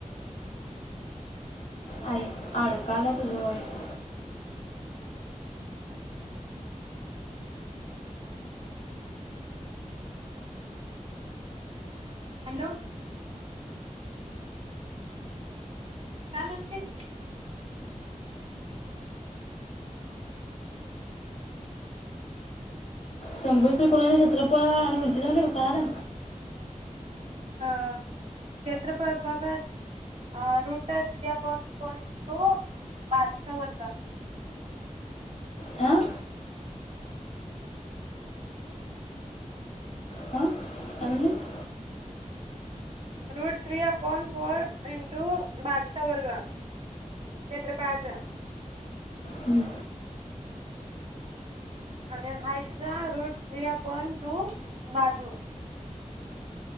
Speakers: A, on the left (about 60°); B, on the right (about 50°).
A: आय, अडकालाय तुझं वॉईस.
B: हॅलो. काम म्हटलीस?
A: समभूज त्रिकोणाचे क्षेत्रफळ आणि उंची झाले काळाला?
B: अ क्षेत्रफळ भागात अ root three upon four into बाजूचा वर्ग.
A: हां हां काय म्हणलीस
B: root three upon four into बाजूचा वर्ग क्षेत्रफळाचं
A: हं,
B: आणि हाईटचं रूट थ्रि अपॉन टू बाजू.